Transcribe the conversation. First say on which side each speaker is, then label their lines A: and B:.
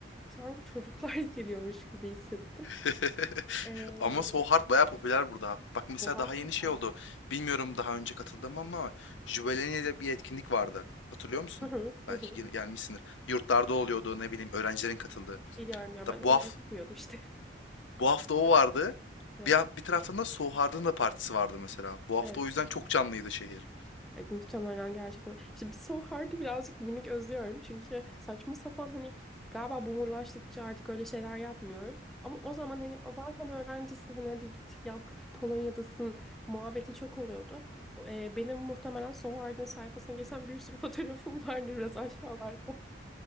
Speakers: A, in the centre; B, on the left.
A: sanki çocuklar <laughs> geliyormuş gibi hissettim.
B: <laughs>
A: E,
B: Ama Soul Heart bayağı popüler burada. Bak
A: Sohar
B: mesela daha
A: Tekel.
B: yeni şey oldu. Bilmiyorum daha önce katıldım ama Jubilee'de bir etkinlik vardı. Hatırlıyor musun?
A: Hı hı,
B: Belki
A: hı hı.
B: gel- gelmişsindir. Yurtlarda oluyordu ne bileyim öğrencilerin katıldığı.
A: Biliyorum ya
B: da
A: ben onları
B: bu hafta
A: bilmiyordum işte.
B: bu hafta o vardı.
A: Evet,
B: Bir an- bir taraftan da Soğuk'un da partisi vardı mesela. Bu hafta
A: evet.
B: o yüzden çok canlıydı şehir.
A: Evet, muhtemelen gerçekten. İşte bir So Hard'ı birazcık minik özlüyorum. Çünkü saçma sapan hani galiba boomerlaştıkça artık öyle şeyler yapmıyorum. Ama o zaman hani "O zaten öğrencisin hani hadi git yap Polonya'dasın muhabbeti çok oluyordu. O, e, benim muhtemelen So Hard'ın sayfasına girsem bir sürü <laughs> fotoğrafım vardı biraz aşağılarda.